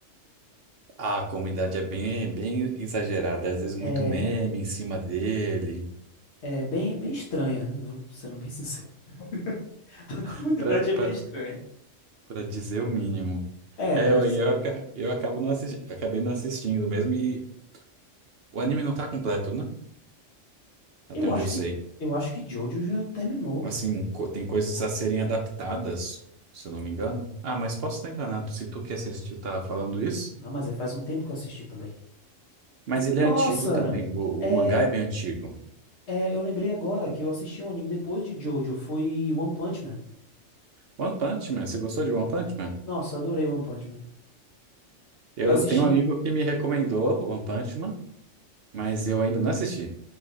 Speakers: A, on the right; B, on the left.
A: Ah, A comunidade é bem, bem exagerada, às vezes muito
B: É,
A: meme em cima dele,
B: é bem, bem estranha, eu vou sendo bem sincero. <laughs> A comunidade
A: <laughs> pra,
B: é bem
A: pra,
B: estranha.
A: pra dizer o mínimo.
B: É,
A: É,
B: pra
A: eu,
B: dizer
A: eu,
B: o mínimo.
A: aca- eu acabo não assis- acabei não assistindo mesmo e o anime não tá completo, né? Até
B: Eu
A: onde
B: acho
A: eu
B: que
A: sei.
B: eu acho que Jojo já terminou.
A: Assim, co- tem coisas a serem adaptadas, se eu não me engano. Ah, mas posso estar enganado, se tu que assistiu tá falando isso.
B: Ah, mas aí faz um tempo que eu assisti também.
A: Mas ele
B: Nossa,
A: é antigo também, o,
B: é,
A: o mangá é bem antigo.
B: é, eu lembrei agora que eu assisti um anime depois de Jojo, foi One Punch Man.
A: One Punch Man, você gostou de One Punch Man?
B: Nossa, eu adorei One Punch Man.
A: Eu
B: Eu assisti,
A: tenho um amigo que me recomendou One Punch Man, mas eu ainda não assisti.